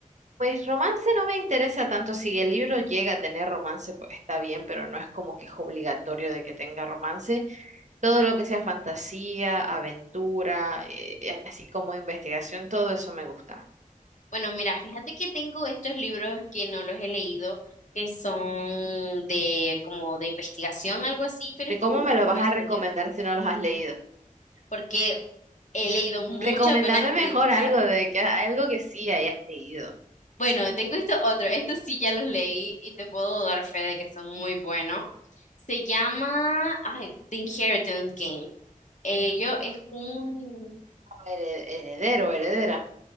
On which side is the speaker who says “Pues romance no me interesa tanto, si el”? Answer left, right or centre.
Right